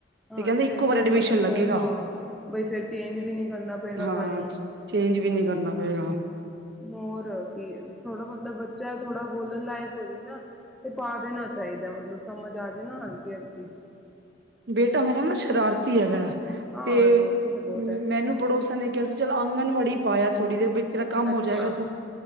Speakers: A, in the centre; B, on the right (about 55°).
A: ਹਾਂ,
B: ਕਹਿੰਦੇ
A: ਤੇ ਫੇਰ
B: ਇੱਕੋ ਵਾਰ
A: ਤੇ
B: ਐਡਮਿਸ਼ਨ
A: ਵਧੀਐ।
B: ਲੱਗੇਗਾ
A: ਹਾਂ, ਬਈ ਫੇਰ ਚੇਂਜ ਵੀ ਨੀ ਕਰਨਾ ਪਏਗਾ
B: ਹਾਂ
A: ਤੁਹਾਨੂੰ।
B: ਚੇਂਜ ਵੀ
A: ਹਾਂ
B: ਨੀ ਕਰਨਾ ਪਏਗਾ।
A: ਹੋਰ ਕੀ ਥੋੜਾ ਮਤਲਬ ਬੱਚਾ ਥੋੜਾ ਬੋਲਣ ਲਾਇਕ ਹੋ ਜਾਏ ਨਾ ਤੇ ਪਾ ਦੇਣਾ ਚਾਹੀਦਾ ਹੈ। ਈਦਾ ਮਤਲਬ ਸਮਝ ਆ ਜਾਏ ਨਾ ਹਲਕੀ-ਹਲਕੀ?
B: ਬੇਟਾ ਮੇਰਾ ਨਾ ਸ਼ਰਾਰਤੀ ਹੈਗ।
A: ਹਾਂ
B: ਤੇ
A: ਨੋਟੀ ਬਹੁਤ ਹੈ
B: ਮੈਨੂੰ ਪੜੋਸਨ ਨੇ ਕਿਹਾ ਸੀ, ਚੱਲ ਆਂਗਣਵਾੜੀ ਪਾਯਾ ਥੋੜ੍ਹੀ ਦੇਰ ਬਈ ਤੇਰਾ ਕੰਮ
A: ਅੱਛਾ
B: ਹੋ ਜਾਏਗਾ, ਤੂੰ